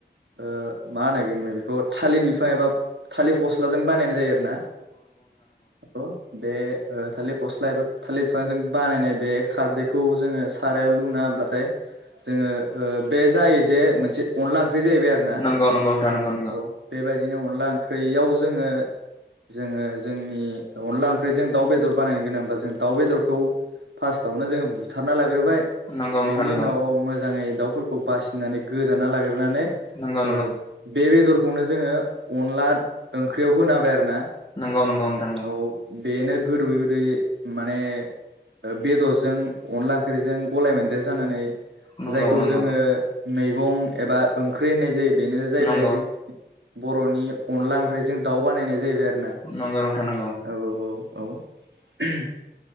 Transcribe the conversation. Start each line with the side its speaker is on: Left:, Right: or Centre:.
Right: ओ मा होनो बेखौ थालिर बिफां एबा थालिर फस्लाजों बानायनाय जायो आरोना अ बे ओ थालिर फस्ला एबा थालिर बिफांजों बानायनाय बे खारदैखौ जोङो सारायाव लुना हाब्लाथाय जोङो ओ बे जायो जे मोनसे अनला ओं ख्रि जाहैबाय आरोना
Left: नंगौ नंगौ नोंथां नंगौ
Right: औ बेबायदिनो अनला ओंख्रियाव जोङो जोङो जोंनि अनला ओंख्रिजों दाउ, बेदर बानायनो गोनांब्लाा जों दाउ, बेदरखौ फार्स्टआवनो जोङो बुथारना लाग्रोबाय
Left: नंगौ नंगौ नोंथां
Right: बेनि
Left: नंगौ
Right: उनाव मोजाङै दाउफोरखौ बासिनानै गोदाना लाग्रोनानै ओ
Left: नंगौ
Right: बे बेदर खौनो जोङो अनलाद ओंख्रियाव होना हाबाय आरोना
Left: नंंगौ नोंथां नंगौ
Right: औ बेनो गोदौयै गोदैयै माने बेदरजों अनला ओंख्रिजों गलाय मोनदेर जानानै
Left: नंगौ
Right: जायखौ
Left: नंगौ नोंथां
Right: जोङो मैगं एबा ओंख्रि होननाय जायो बेनो जाहैबाय
Left: नंगौ नोंथां नंगौ
Right: जों बर'नि अनला ओख्रि जों दाउ बानायनाय जाहैबाय आरोना
Left: नंगौ नोंथां नंगौ
Right: औ औ औ औ